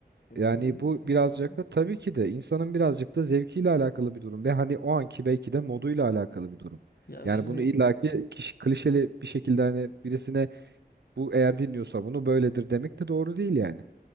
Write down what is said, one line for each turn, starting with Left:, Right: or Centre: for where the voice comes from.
Left: E,
Right: Yani
Left: dinleyebilirsin
Right: bu birazcık
Left: yani tabii
Right: da
Left: ki.
Right: tabii ki de insanın birazcık da zevkiyle alakalı bir durum ve hani o anki belki de moduyla alakalı bir durum.
Left: Ya
Right: Yani
Left: şimdi
Right: bunu illaki kişi klişeli bir şekilde hani birisine bu eğer dinliyorsa bunu böyledir demek de doğru değil yani.